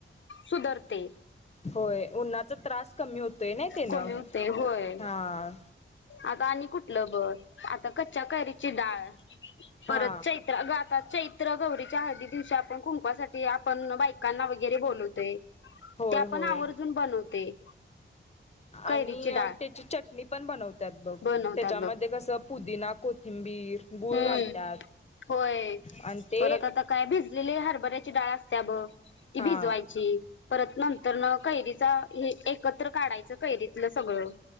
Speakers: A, on the left; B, on the left.
A: सुधारते
B: होय उन्हाचा त्रास कमी होतोय ना तेनं
A: कमी होते होय
B: हा.
A: आता आणि कुठलं बर आता कच्च्या कयरीची डाळ परत
B: हा
A: चैत्र आता चैत्र गौरीच्या हळदी दिवशी आपण कुंकवासाठी आपण बायकांना वगैरे बोलवतोय
B: होय
A: त्या आपण
B: होय.
A: आवर्जून बनवते. कैरीची
B: आणि
A: डाळ
B: त्याची चटणी पण बनवतात. बघ
A: बनवतात
B: त्याच्यामध्ये
A: बघ
B: कसं पुदिना, कोथिंबीर, गूळ
A: हम्म,
B: घालतात.
A: होय
B: आणि ते
A: परत आता काय भिजलेली हरभऱ्याची डाळ असते ब ती
B: हा
A: भिजवायची परत नंतर न कैरीचा हे एकत्र काढायचं कैरीतलं सगळं